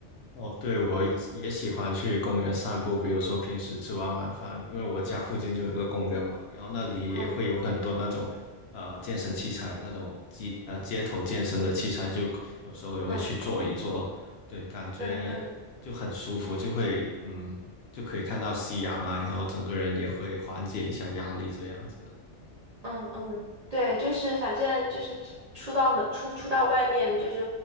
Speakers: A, on the left; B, on the right.
A: 哦，对，我也喜欢去公园散步，比如说平时吃完晚饭，因为我家附近就有一个公园嘛，然后那里也会有很多那种呃健身器材，
B: 嗯
A: 那种街呃街头健身的器材，就有时候也会去做一做，
B: 嗯
A: 对，感觉就很舒服，
B: 嗯嗯。
A: 就会嗯就可以看到夕阳啊，然后整个人也会缓解一下压力这样子。
B: 嗯嗯，对，就是反正就是出到门出出到外面，就是